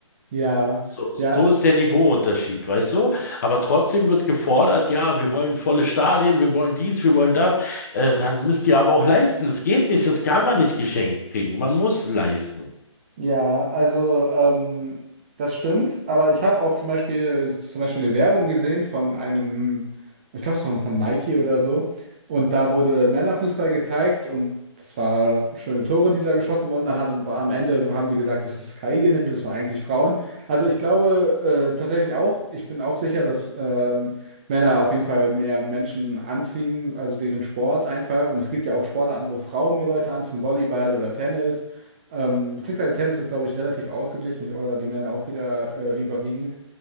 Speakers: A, on the right; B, on the left.
A: Ja,
B: So,
A: ja.
B: so ist der Niveauunterschied, weißt du? Aber trotzdem wird gefordert, ja, wir wollen volle Stadien, wir wollen dies, wir wollen das. Äh, dann müsst ihr aber auch leisten. Das geht nicht, das kann man nicht geschenkt kriegen. Man muss leisten.
A: Ja, also ähm, das stimmt, aber ich habe auch zum Beispiel, zum Beispiel eine Werbung gesehen von einem, ich glaube, es war von Nike oder so. Und da wurde Männerfußball gezeigt und das war schöne Tore, die da geschossen wurden. Dann hat, am Ende haben die gesagt, das ist KI generiert, das waren eigentlich Frauen. Also ich glaube äh, tatsächlich auch, ich bin auch sicher, dass ähm, Männer auf jeden Fall mehr Menschen anziehen, also deren Sport einfach. Und es gibt ja auch Sportarten, wo Frauen mehr Leute anziehen, Volleyball oder Tennis. Ähm, beziehungsweise Tennis ist, glaube ich, relativ ausgeglichen oder die Männer auch wieder äh, überwiegend.